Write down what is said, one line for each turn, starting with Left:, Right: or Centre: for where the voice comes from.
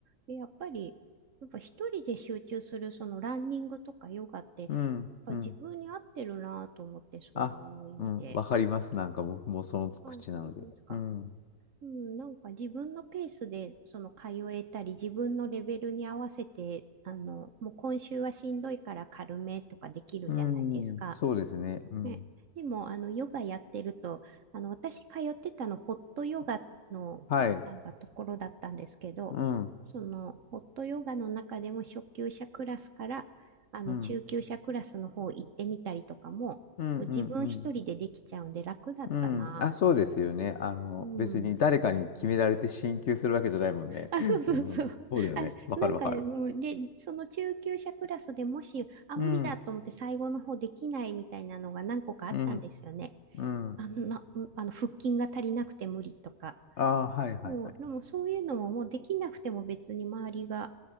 Right: で、やっぱり、やっぱ一人で集中する、そのランニングとかヨガって、やっ
Left: うん、
Right: ぱ自分に合ってるなと思って、
Left: うん。
Right: そういう意味で。
Left: あ、うん、わかります。なんか僕もその口なので。
Right: あ、本当ですか。
Left: うん、
Right: うん、なんか自分のペースでその通えたり、自分のレベルに合わせて、あの、もう今週はしんどいから軽めとかできるじゃないですか。
Left: うん、そうですね。うん。
Right: ね、でも、あの、ヨガやってると、あの、私通ってたの、ホットヨガのなんかところだったんですけど、
Left: はい。うん、うん、
Right: その、ホットヨガの中でも初級者クラスから、あの、
Left: うん、
Right: 中級者クラスの方行ってみたりとかも、
Left: うん、
Right: こう自分一人でできちゃうんで楽だったなぁ。
Left: うん。うん、あ、そうですよね。あの、
Right: うん。
Left: 別に誰かに決められて進級するわけじゃないもんね。
Right: あ、そうそうそう。
Left: うん、
Right: あ、
Left: そうだよね。わかるわかる。
Right: なんか、もう、で、その中級者クラスでもし、あ、
Left: うん、
Right: 無理だと思って最後の方できないみたいなのが何個かあったんですよね。
Left: うん。うん。
Right: あの、な、あの腹筋が足りなくて無理とか。
Left: ああ、はいはいはい。
Right: もう、でもそういうのももうできなくても別に周りが、